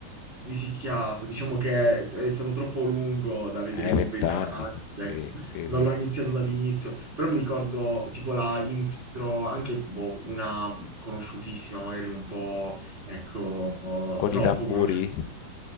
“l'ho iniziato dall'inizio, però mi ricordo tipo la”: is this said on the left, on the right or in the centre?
Right